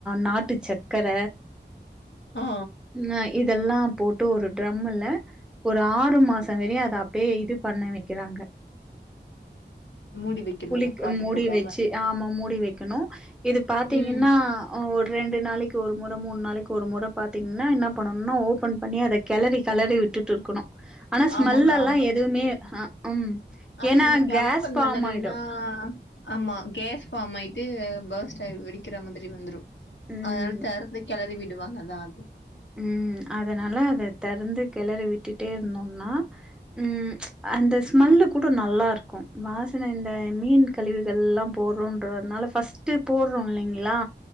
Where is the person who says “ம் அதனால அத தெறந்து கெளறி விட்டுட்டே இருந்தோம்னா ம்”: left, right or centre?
Centre